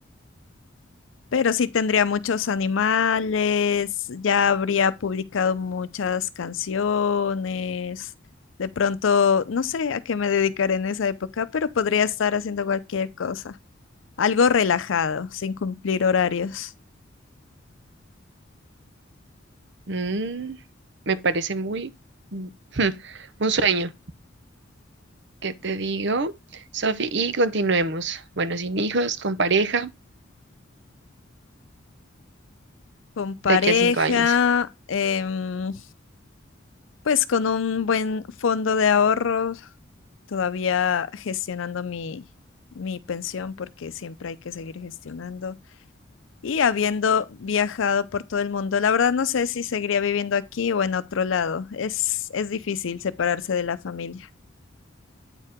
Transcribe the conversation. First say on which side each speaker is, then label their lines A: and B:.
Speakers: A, on the left; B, on the right.
A: Pero sí tendría muchos animales, ya habría publicado muchas canciones. De pronto, no sé a qué me dedicaré en esa época, pero podría estar haciendo cualquier cosa. Algo relajado, sin cumplir horarios.
B: Mm, me parece muy mm, <laughs> un sueño. ¿Qué te digo, Sofi? Y continuemos. Bueno, sin hijos, con pareja,
A: Con pareja,
B: de aquí a cinco años.
A: em, pues con un buen fondo de ahorro, todavía gestionando mi, mi pensión, porque siempre hay que seguir gestionando. Y habiendo viajado por todo el mundo, la verdad no sé si seguiría viviendo aquí o en otro lado. Es, es difícil separarse de la familia.